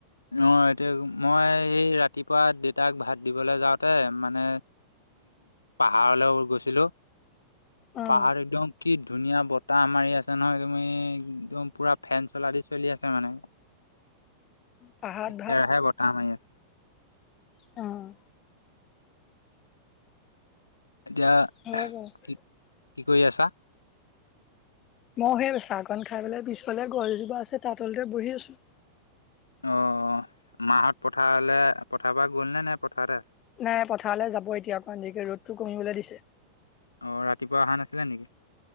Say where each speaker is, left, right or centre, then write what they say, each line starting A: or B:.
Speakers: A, on the left; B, on the left.
A: অ' এতিয়া মই এই ৰাতিপুৱা দেউতাক ভাত দিবলৈ যাওঁতে মানে পাহাৰলৈ গৈছিলো।
B: উম
A: পাহাৰত একদম কি ধুনীয়া বতাহ মাৰি আছে নহয় তুমি একদম পুৰা ফেন চলা দি চলি আছে মানে।
B: পাহাৰত
A: একেৰাহে বতাহ মাৰি আছে।
B: অ'।
A: এতিয়া
B: হয় হয় <unintelligible>
A: কি কি কৰি আছা?
B: মই সেই চাহকন খাই পেলাই পিছফালে গছজোপা আছে তাত তলতে বহি আছো।
A: অ' মাহত পথাৰলে পথাৰ পৰা গ'ল নে, নে পথাৰতে আছে?
B: নাই পথাৰলৈ যাব এতিয়া অকমাণ দেৰিকে, ৰ'দতটো কমিবলৈ দিছে।
A: অ' ৰাতিপুৱা অহা নাছিলে নেকি?